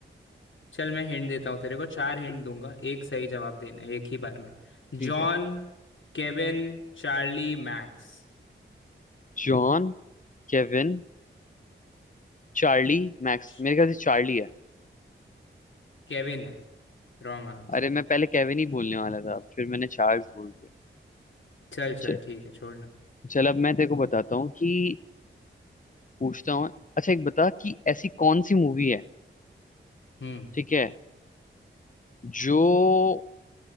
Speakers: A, on the left; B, on the left.
A: चल मैं हिंट देता हूँ तेरे को चार हिंट दूंगा एक सही जवाब देना है एक ही बार में John
B: ठीक है
A: Kevin Charlie Max
B: जॉन केविन चार्ली मैक्स
A: श-
B: मेरे ख्याल से चार्ली है
A: केविन है Wrong answer
B: अरे मैं पहले केविन ही बोलने वाला था फिर मैंने चार्ल्स बोल दिया
A: चल
B: च-
A: चल ठीक है छोड़ना
B: चल अब मैं तेरे को बताता हूँ कि पूछता हूँ अच्छा एक बता कि ऐसी कौन सी मूवी है
A: हम्म
B: ठीक है जो